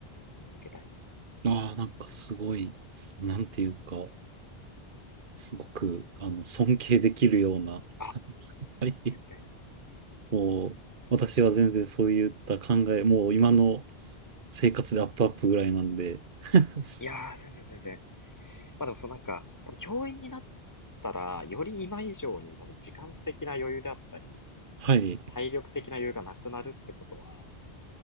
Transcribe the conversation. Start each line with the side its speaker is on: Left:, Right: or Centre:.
Left: し続けたいなみたい
Right: ああ、なんかすごい、なんていうか、すごく、あの、尊敬できるような、
Left: な。あ、
Right: <laughs> はい。
Left: 全然。
Right: もう、私は全然そういった考え、もう今の生活でアップアップぐらいなんで。<laughs>
Left: いやー、全然全然。まあでもそのなんか、多分教員になったら、より今以上に多分時間的な余裕であったり、
Right: はい。
Left: 体力的な余裕がなくなるってことは、